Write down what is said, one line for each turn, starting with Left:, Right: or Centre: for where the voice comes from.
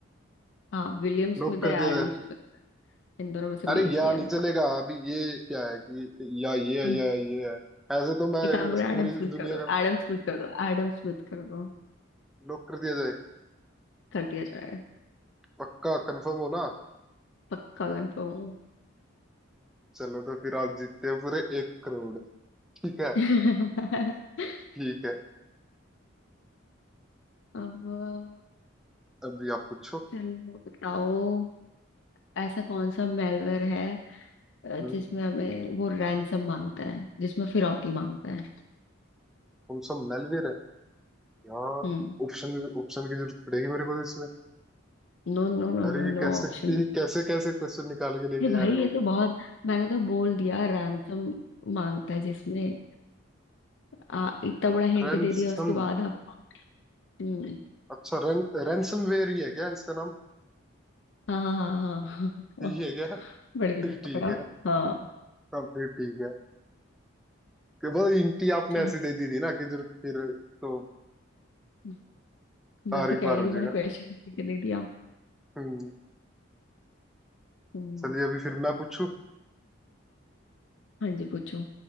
Left: हाँ विलियम स्मिथ
Centre: लॉक कर
Left: है
Centre: दिया
Left: एडम
Centre: जाए
Left: स्मिथ इन दोनों में से कोई
Centre: अरे
Left: एक
Centre: या
Left: ही है
Centre: नहीं
Left: पक-
Centre: चलेगा अभी ये क्या है कि या ये है
Left: हम्म,
Centre: या ये है ऐसे तो मैं
Left: एक काम करो
Centre: इस पूरी
Left: एडम स्मिथ
Centre: दुनिया
Left: कर दो
Centre: का
Left: एडम स्मिथ कर दो एडम स्मिथ कर दो
Centre: लॉक कर दिया जाए
Left: कर दिया जाए
Centre: पक्का कंफर्म हो ना
Left: पक्का कंफर्म हूँ।
Centre: चलो तो फिर आप जीतते हैं पूरे एक करोड़ ठीक है
Left: <laughs>
Centre: ठीक है
Left: अब
Centre: अभी आप पूछो
Left: चलो बताओ ऐसा कौन सा मेलवेयर है अ,
Centre: हम्म
Left: जिसमें हमें वो रैंसम मांगता है जिसमें फिरौती मांगता है
Centre: कौन सा मेलवेयर है यार
Left: हम्म
Centre: ऑप्शन ऑप्शन की जरूरत पड़ेगी मेरे को तो
Left: No no no
Centre: अरे
Left: no
Centre: ये
Left: no
Centre: कैसे
Left: option
Centre: ये कैसे कैसे क्वेश्चन निकाल के लेके
Left: ये भाई
Centre: आ रहे
Left: ये
Centre: हो
Left: तो बहुत मैंने तो बोल दिया रैंसम मांगता है जिसमें आ, इतना बड़ा हिंट
Centre: रैनसम
Left: दे दिया उसके बाद आप हम्म
Centre: अच्छा रैन रैनसमवेयर ही है क्या इसका नाम
Left: हाँ हाँ हाँ हाँ हाँ,
Centre: यही
Left: हाँ,
Centre: है क्या
Left: बड़े दिन
Centre: फिर
Left: पकड़ा
Centre: ठीक है
Left: हाँ
Centre: हाँ फिर ठीक है कि बस इंटी आपने
Left: चलो
Centre: ऐसी दे दी थी ना कि जरूर फिर तो
Left: हम्म,
Centre: पार
Left: मैं तो
Centre: ही
Left: कह
Centre: पार
Left: ही रही
Centre: हो
Left: हूँ,
Centre: जाएगा
Left: मैंने क्वेश्चन दे दिया
Centre: हम्म
Left: हम्म
Centre: चलिए अभी फिर मैं पूछूं
Left: हाँ जी पूछो